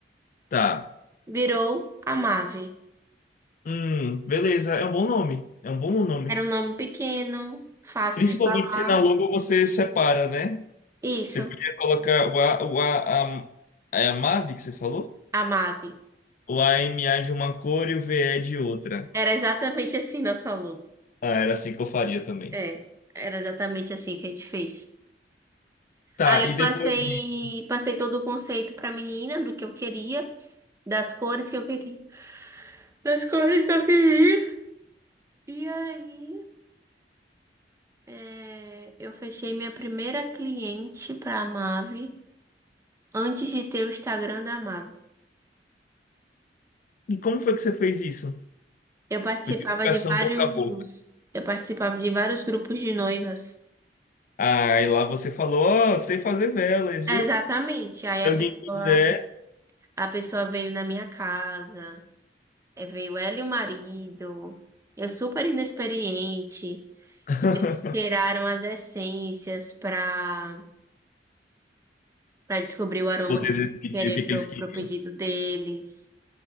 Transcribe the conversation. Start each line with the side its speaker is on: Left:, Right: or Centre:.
Left: Tá.
Right: Virou Amave.
Left: Hum, beleza, é um bom nome. É um bom nome.
Right: Era um nome pequeno, fácil
Left: Principalmente
Right: de falar.
Left: se na logo você separa, né?
Right: Isso,
Left: Você podia colocar o A, o A, a, é a Mave que você falou?
Right: a Mave.
Left: O a m AMA de uma cor e o v VE de outra.
Right: Era exatamente assim nosso logo.
Left: Ah, era assim que eu faria também.
Right: É, era exatamente assim que a gente fez.
Left: Tá,
Right: Aí eu
Left: e depois
Right: passei,
Left: disso.
Right: passei todo o conceito pra menina do que eu queria, das cores que eu queria. Das cores que eu queria. E aí, é, eu fechei minha primeira cliente pra Mave antes de ter o Instagram da Mave.
Left: E como foi que você fez isso?
Right: Eu participava
Left: Codificação
Right: de vários,
Left: boca a boca.
Right: eu participava de vários grupos de noivas.
Left: Aí lá você falou, ó, sei fazer velas, viu?
Right: Exatamente. Aí
Left: Se
Right: a pessoa,
Left: alguém quiser
Right: a pessoa veio na minha casa, eh, veio ela e o marido, eu super inexperiente,
Left: <laughs>
Right: tiraram as essências para para descobrir o aroma
Left: poder
Right: que eu
Left: decidir
Right: querer
Left: o que
Right: pro,
Left: que eles
Right: pro
Left: queriam.
Right: pedido deles.